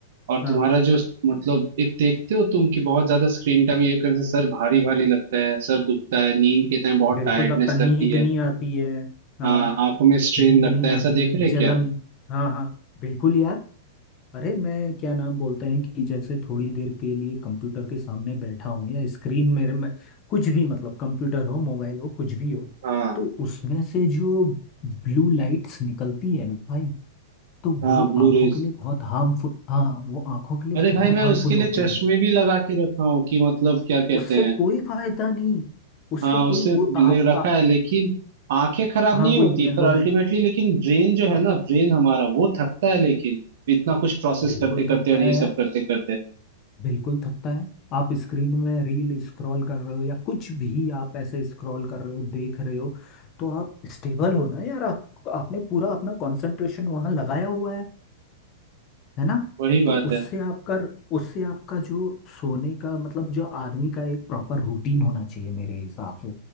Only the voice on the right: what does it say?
और
तुम्हारा जो मतलब एक देखते हो तुम कि बहुत ज्यादा स्क्रीन टाइम ये करने से सर भारी भारी लगता है सर दुखता है नींद के टाइम बहुत
टायर्डनेस
लगती है
हाँ आंखों में स्ट्रेन
लगता
है
ऐसा
देखा है
क्या
हाँ
हाँ
ब्लू
रेज
अरे
भाई मैं
उसके
लिए चश्मे
भी लगा के रखा हूँ कि मतलब क्या कहते
हैं
हाँ
उससे
ले रखा
है लेकिन आंखें खराब
नहीं
होती
पर अल्टीमेटली
लेकिन ब्रेन जो है ना ब्रेन हमारा वो थकता है लेकिन इतना कुछ प्रोसेस
करते करते
और ये
सब करते करते
वही बात
है